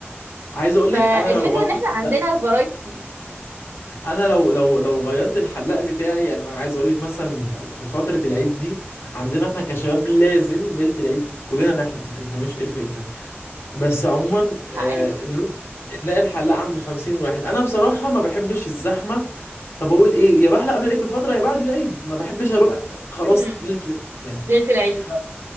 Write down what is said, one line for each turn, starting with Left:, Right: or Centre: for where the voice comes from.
Left: عايز اقول
Right: فالفكره
Left: لك انا لو غيرت
Right: ان احنا عندنا
Left: لا
Right: فرايتي
Left: انا لو لو لو غيرت الحلاق بتاعي يعني انا عايز اقول لك مثلا في فتره العيد دي عندنا احنا كشباب لازم ليله العيد كلنا نحلق ما تفهميش ايه الفكره بس عموما آه،
Right: عادي
Left: نروح نلاقي الحلاق عنده 50 واحد انا بصراحه ما بحبش الزحمه فبقول ايه يا بحلق قبل العيد بفتره يا بعد العيد ما بحبش اروح خلاص
Right: م.
Left: ليله العيد يعني
Right: ليله العيد
Left: ف-